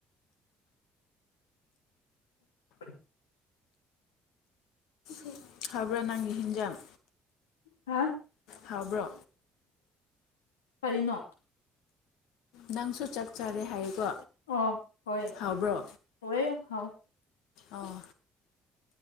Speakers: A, on the left (about 80°); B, on the left (about 70°).
A: <unintelligible>
B: ꯎꯝ ꯍꯥꯎꯕ꯭ꯔ ꯅꯣꯏ ꯏꯟꯖꯥꯪ
A: ꯍꯥꯥ
B: ꯍꯥꯎꯕ꯭ꯔꯣ
A: ꯀꯔꯤꯅꯣ
B: ꯅꯪꯁꯨ ꯆꯥꯛ ꯆꯥꯔꯦ ꯍꯥꯏꯌꯦꯀꯣ
A: ꯑꯣ ꯍꯣꯏ
B: ꯍꯥꯎꯕ꯭ꯔꯣ
A: ꯍꯋꯥꯏ ꯌꯥꯝ ꯍꯥꯎꯋꯦ
B: ꯑꯣ